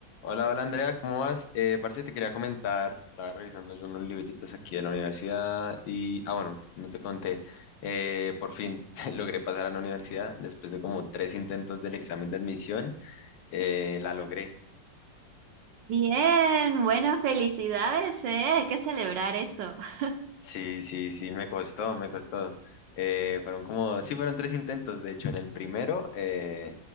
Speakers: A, on the left; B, on the right.
A: Hola, hola Andrea, ¿cómo vas? Eh, parece que te quería comentar, estaba revisando yo unos libritos aquí de la universidad y, ah, bueno, no te conté, eh, por fin <laughs> logré pasar a la universidad después de como tres intentos del examen de admisión, eh, la logré.
B: Bien, bueno, felicidades, ¿eh? Hay que celebrar eso. <laughs>
A: Sí, sí, sí, me costó, me costó. Eh, fueron como, sí, fueron tres intentos, de hecho, en el primero, eh,